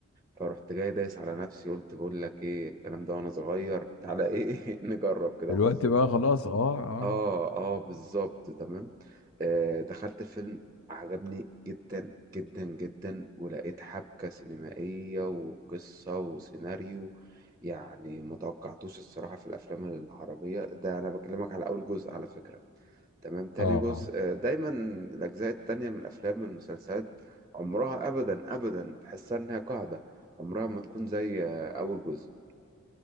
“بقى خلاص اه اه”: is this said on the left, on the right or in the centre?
Left